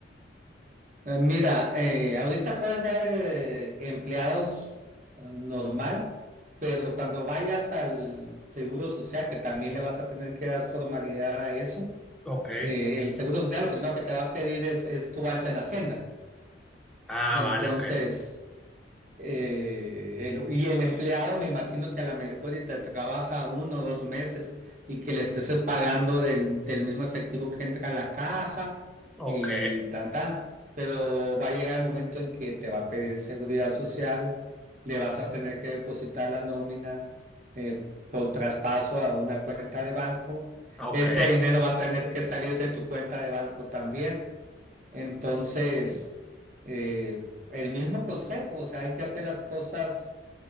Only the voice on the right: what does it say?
Eh, Mira, eh, ahorita puedes dar eh, empleados eh, normal, pero cuando vayas al Seguro Social, que también le vas a tener que dar formalidad a eso,
eh, el Seguro Social lo primero que te va a pedir es, es tu alta en Hacienda.
Entonces,
eh, el- y el empleado, me imagino que a lo mejor y te trabaja uno o dos meses y que le estés pagando del, del mismo efectivo que entra a la caja
y tan tan. Pero va a llegar el momento en que te va a pedir seguridad social, le vas a tener que depositar la nómina eh, por traspaso a una cuenta de banco.
Ese dinero va a tener que salir de tu cuenta de banco también. Entonces, eh, el mismo consejo, o sea, hay que hacer las cosas